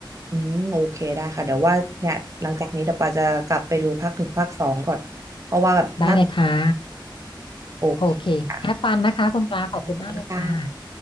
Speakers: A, on the right (about 40°); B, on the left (about 80°).
A: อืมโอเคได้ค่ะเดี๋ยวว่าเนี่ยหลังจากนี้เดี๋ยวปาจะกลับไปดูภาคหนึ่งภาคสองก่อนเพราะว่าแบบน่าติดตาม
B: ได้เลยค่ะ
A: โอเคค่ะ
B: โอเค have fun นะคะคุณปลาขอบคุณมากเลยค่ะ
A: ขอบคุณค่ะ